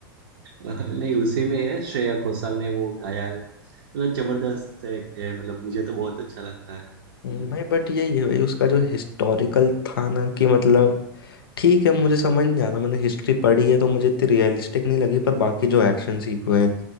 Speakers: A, on the right; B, on the left.
A: नहीं उसी में है श्रेया घोषाल ने वो गाया है मतलब जबरदस्त है कि मतलब मुझे तो बहुत अच्छा लगता है हम्म,
B: हम्म, भाई बट यही है भाई उसका जो हिस्टोरिकल था ना कि मतलब ठीक है मुझे समझ नहीं आता मैंने हिस्ट्री पढ़ी है तो मुझे इतनी रियलिस्टिक नहीं लगी पर बाकी जो एक्शन सीक्वेंस
A: हाँ